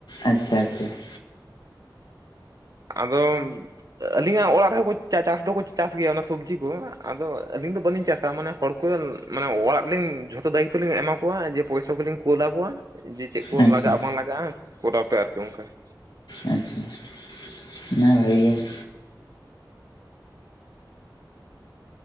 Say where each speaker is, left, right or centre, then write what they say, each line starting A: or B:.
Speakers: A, on the left; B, on the right.
A: ᱟᱪᱪᱷᱟ ᱟᱪᱪᱷᱟ ᱾
B: ᱟᱫᱚ ᱟᱹᱞᱤᱧᱟᱜ ᱚᱲᱟᱜ ᱨᱮᱦᱚᱸ ᱠᱚ ᱪᱟᱥ ᱫᱚᱠᱚ ᱪᱟᱥ ᱜᱮᱭᱟ ᱚᱱᱟ ᱥᱚᱵᱽᱡᱤ ᱠᱚ, ᱟᱫᱚ ᱟᱹᱞᱤᱧ ᱫᱚ ᱵᱟᱹᱞᱤᱧ ᱪᱟᱥᱟ ᱢᱟᱱᱮ ᱦᱚᱲ ᱠᱚ ᱢᱟᱱᱮ ᱚᱲᱟᱜ ᱨᱮᱞᱤᱧ ᱡᱷᱚᱛᱚ ᱫᱟᱭᱤᱛᱛᱚ ᱞᱤᱧ ᱮᱢᱟ ᱠᱚᱣᱟ ᱡᱮ ᱯᱚᱭᱥᱟ ᱠᱚᱞᱤᱧ ᱠᱩᱞ ᱟᱠᱚᱣᱟ ᱡᱮ ᱪᱮᱫ ᱠᱚ
A: ᱟᱪᱪᱷᱟ
B: ᱞᱟᱜᱟᱜᱼᱟ ᱵᱟᱝ ᱞᱟᱜᱟᱜᱼᱟ ᱠᱚᱨᱟᱣ ᱯᱮ ᱟᱨᱠᱤ ᱚᱱᱠᱟ ᱾
A: ᱟᱪᱪᱷᱟ ᱾ ᱚᱱᱟ ᱦᱚᱸ ᱵᱷᱟᱜᱮ ᱜᱮ ᱾